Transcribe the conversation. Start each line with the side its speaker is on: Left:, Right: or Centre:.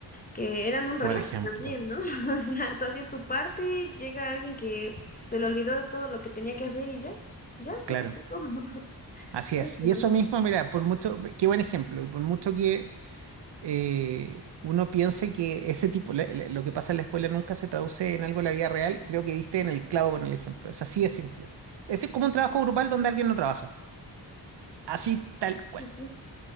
Left: que eran un
Right: Por
Left: relajo
Right: ejemplo.
Left: también, ¿no? <laughs> O sea, tú hacías tu parte, llega alguien que se le olvidó todo lo que tenía que hacer y ya, ya se
Right: Claro,
Left: atrasó todo. <laughs>
Right: así
Left: Sí,
Right: es. Y eso mismo, mira, por mucho, qué buen ejemplo, y por mucho que eh, uno piense que ese tipo, la- la- lo que pasa en la escuela nunca se traduce en algo en la vida real, creo que diste en el clavo con el ejemplo. Es así de simple. Ese es como un trabajo grupal donde alguien no trabaja. Así tal cual.
Left: Ujú.